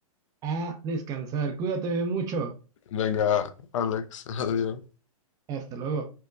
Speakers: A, on the right; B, on the left.
A: a descansar. Cuídate mucho.
B: Venga, Alex, <laughs> adiós.
A: Hasta luego.